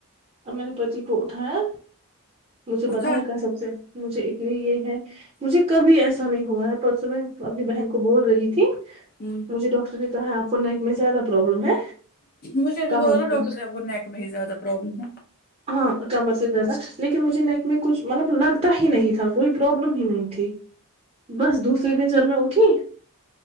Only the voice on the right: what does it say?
اور میں نے پتی کو اٹھایا مجھے
پتہ ہے کیا قسم سے مجھے اتنی یے ہے مجھے کبھی ایسا نہیں ہوا ہے پرسوں میں اپنی بہن کو بول رہی تھی
مجھے ڈاکٹر نے کہا آپ کو نیک میں زیادہ پروبلم ہے
کمر
سے
ہاں کمر سے زیادہ لیکن مجھے نیک میں کچھ مطلب لگتا ہی نہیں تھا کوئی پرابلم ہی نہیں تھی بس دوسرے دن جب میں اٹھی